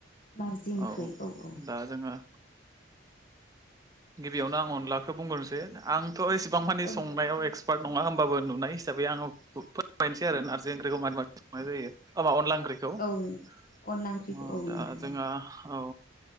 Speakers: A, on the left; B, on the right.
A: नारजि ओंख्रि
B: औ
A: औ
B: दा जोङो गिबियावनो आं अनलाखौ बुंग्रोसै आंथ' एसेबां मानि
A: औ
B: संनायाव एक्स पार्ट नङा होमबाबो नुनाय हसै आङो फोरमायनसै आरो नारजि ओंख्रिखौ मारै मारै संनाय जायो माबा अनला ओंख्रिखौ
A: नोंथां
B: ओ
A: अनला ओंख्रिखौ औ
B: दा
A: नोंथां
B: जोंहा औ